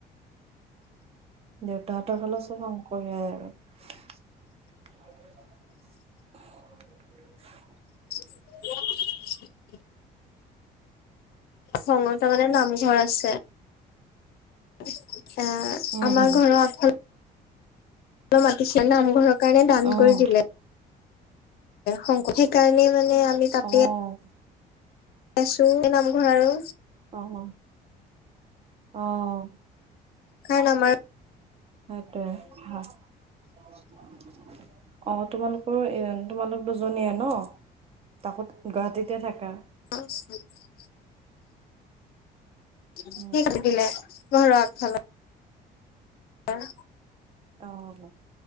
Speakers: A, on the right (about 35°); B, on the left (about 65°).
A: দেউতাহঁতৰ ফালে চব অংকয়াই আৰু। <inaudible> <inaudible>
B: <unintelligible> ষোল্ল তা <unintelligible> মানে নামঘৰ আছে <unintelligible> এ
A: উম
B: আমাৰ
A: উম
B: ঘৰৰ আফাল মাতিছিল নামঘৰৰ কাৰণে দান
A: অ',
B: কৰি দিলে। শংকৰী সেইকাৰণে মানে আমি তাতে
A: অ',
B: আছো নামঘৰ আৰু
A: আহ আহ।
B: কাৰ নমাৰ
A: সেইটোৱে। অ তোমালোকৰ এ তোমালোক দুজনীয়ে ন? তাকো গুৱাহাটীতে থাকা।
B: আ <unintelligible> <unintelligible>
A: উম, উম,
B: দিলে ঘৰ খালা আহ।
A: অ',